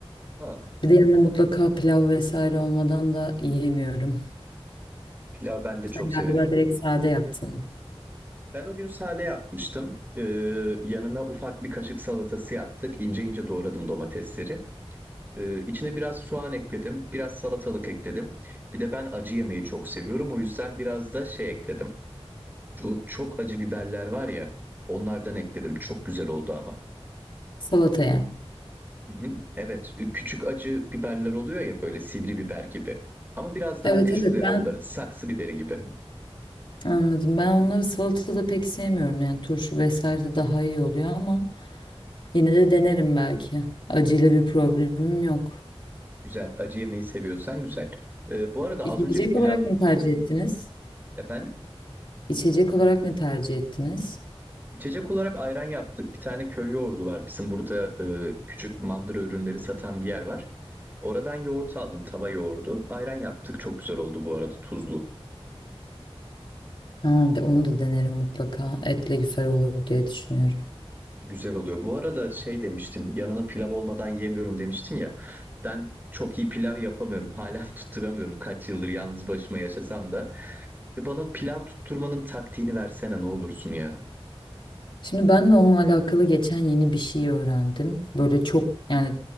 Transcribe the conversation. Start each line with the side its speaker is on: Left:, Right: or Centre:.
Right: Aa,
Left: Bir de yanına mutlaka pilav vesaire olmadan da yiyemiyorum.
Right: pilav ben de
Left: Sen
Right: çok
Left: galiba
Right: severim.
Left: direkt sade yaptın.
Right: Ben o gün sade yapmıştım. Ee, yanına ufak bir kaşık salatası yaptık. İnce ince doğradım domatesleri. Ee, içine biraz soğan ekledim, biraz salatalık ekledim. Bir de ben acı yemeyi çok seviyorum. O yüzden biraz da şey ekledim. Şu çok acı biberler var ya, onlardan ekledim. Çok güzel oldu ama.
Left: Salataya.
Right: Hı hı. Evet, küçük acı biberler oluyor ya böyle sivri biber gibi. Ama biraz daha
Left: Evet
Right: küçükleri
Left: evet ben
Right: onların, saksı biberi gibi.
Left: anladım. Ben onları salatada pek sevmiyorum. Yani turşu vesaire de daha iyi oluyor ama yine de denerim belki. Acıyla bir problemim yok.
Right: Güzel, acı yemeyi seviyorsan güzel. Ee, bu arada
Left: İçecek
Right: az önce pilav,
Left: olarak ne tercih ettiniz?
Right: efendim?
Left: İçecek olarak ne tercih ettiniz?
Right: İçecek olarak ayran yaptık. Bir tane köy yoğurdu var. Bizim burada e, küçük mandıra ürünleri satan bir yer var. Oradan yoğurt aldım, tava yoğurdu. Ayran yaptık. Çok güzel oldu bu arada, tuzlu.
Left: Ha, de, onu da denerim mutlaka. Etle güzel olur diye düşünüyorum.
Right: Güzel oluyor. Bu arada şey demiştin, yanına pilav olmadan yemiyorum demiştin ya. Ben çok iyi pilav yapamıyorum. Hala <laughs> tutturamıyorum. Kaç yıldır yalnız başıma yaşasam da. Ya bana pilav tutturmanın taktiğini versene ne olursun ya.
Left: Şimdi ben de onunla alakalı geçen yeni bir şey öğrendim. Böyle çok yani